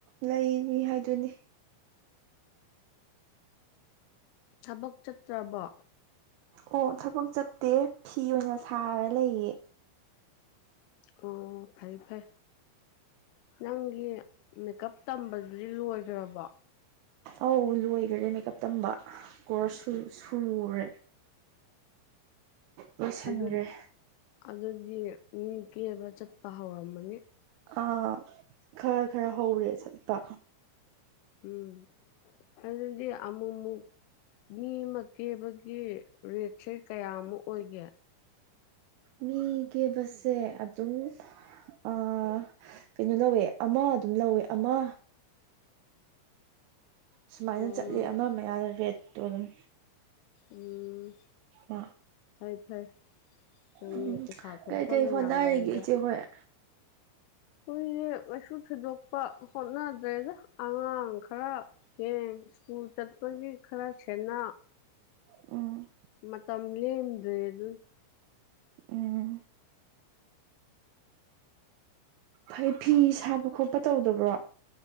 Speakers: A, on the right (about 90°); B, on the left (about 85°).
A: ꯂꯩꯔꯤ ꯍꯥꯏꯗꯨꯅꯤ
B: ꯊꯕꯛ ꯆꯠꯇ꯭ꯔꯕꯣ
A: ꯑꯣ ꯊꯕꯛ ꯆꯠꯇꯦ ꯐꯤ ꯑꯣꯏꯅ ꯁꯥꯔ ꯂꯩꯌꯦ
B: ꯑꯣ ꯐꯩ ꯐꯩ ꯅꯪꯒꯤ ꯃꯦꯀꯞ ꯇꯝꯕꯗꯨꯗꯤ ꯂꯣꯏꯒ꯭ꯔꯕꯣ
A: ꯑꯧ ꯂꯣꯏꯒꯔꯦ ꯃꯦꯀꯞ ꯇꯝꯕ ꯀꯣꯔꯁ ꯁꯨ ꯁꯨꯒ꯭ꯔꯦ ꯂꯣꯏꯁꯤꯟꯒ꯭ꯔꯦ
B: ꯑꯗꯨ ꯑꯗꯨꯗꯤ ꯃꯤ ꯀꯦꯕ ꯆꯠꯄ ꯍꯧꯔꯝꯃꯅꯤ
A: ꯑꯥ ꯈꯔ ꯈꯔ ꯍꯧꯔꯦ ꯆꯠꯄ
B: ꯎꯝ ꯑꯗꯨꯗꯤ ꯑꯃꯨꯃꯨꯛ ꯃꯤ ꯑꯃꯥ ꯀꯦꯕꯒꯤ ꯔꯦꯠꯁꯦ ꯀꯌꯥꯃꯨꯛ ꯑꯣꯏꯒꯦ
A: ꯃꯤ‌ ꯀꯦꯕꯁꯦ ꯑꯗꯨꯝ ꯑ ꯀꯩꯅꯣ ꯂꯧꯋꯦ ꯑꯃꯥ ꯑꯗꯨꯝ ꯂꯧꯋꯦ ꯑꯃꯥ ꯁꯨꯃꯥꯏꯅ
B: ꯑꯣ
A: ꯆꯠꯂꯦ ꯑꯃ ꯃꯌꯥꯗ ꯔꯦꯠꯇꯣ ꯑꯗꯨꯝ
B: ꯎꯝ
A: ꯃꯥ
B: ꯐꯩ ꯐꯩ ꯅꯪꯗꯤ
A: ꯎꯝ
B: ꯄꯩꯁꯥ ꯊꯣꯛꯐꯝ
A: ꯀꯩꯀꯩ ꯍꯣꯠꯅꯔꯤꯒꯦ
B: ꯌꯥꯝ ꯂꯩꯔꯦ
A: ꯏꯆꯦ ꯍꯣꯏ
B: ꯑꯩꯈꯣꯏꯁꯦ ꯀꯩꯁꯨ ꯊꯣꯏꯗꯣꯛꯄ ꯍꯣꯠꯅꯗ꯭ꯔꯦꯗ ꯑꯉꯥꯡ ꯈꯔ ꯌꯦꯡ ꯁ꯭ꯀꯨꯜ ꯆꯠꯄꯒꯤ ꯈꯔ ꯁꯦꯟꯅ
A: ꯎꯝ
B: ꯃꯇꯝ ꯂꯦꯝꯗ꯭ꯔꯦ ꯗꯨꯅꯤ
A: ꯎꯝ ꯐꯩ ꯐꯤ ꯁꯥꯕ ꯈꯣꯠꯄ ꯇꯧꯗꯕ꯭ꯔꯣ